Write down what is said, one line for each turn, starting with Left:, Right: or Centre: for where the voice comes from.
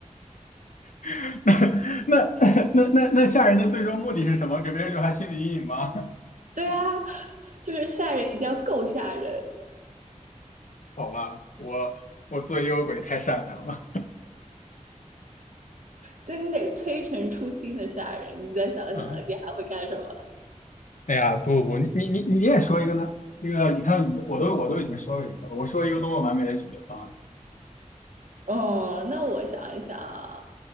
Left: <laughs> 那那 <laughs> 那那那吓人的最终目的是什么？给别人留下心理阴影吗？
Right: 对啊，就是吓人一定要够吓人，
Left: <laughs> 好吧，我我做幽鬼太善良了。
Right: 就你得推陈出新的吓人。你再想想，
Left: 嗯，
Right: 你还会干什么？
Left: 哎呀，不不不，你你你你也说一个呢？那个，你看你的，我都我都已经说了一个了，我说一个多么完美的解决方案。
Right: 哦，那我想一想啊，